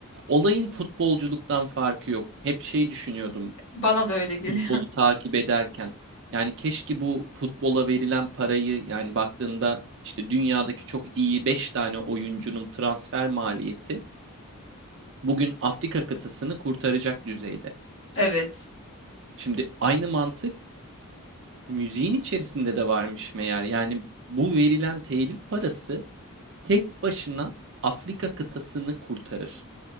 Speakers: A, on the right; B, on the left.
A: olayın futbolculuktan farkı yok. Hep şey düşünüyordum
B: Bana da öyle geliyor.
A: futbolu takip ederken. Yani keşke bu futbola verilen parayı yani baktığında işte dünyadaki çok iyi 5 tane oyuncunun transfer maliyeti bugün Afrika kıtasını kurtaracak düzeyde.
B: <laughs> Evet.
A: Şimdi aynı mantık müziğin içerisinde de varmış meğer. Yani bu verilen telif parası tek başına Afrika kıtasını kurtarır.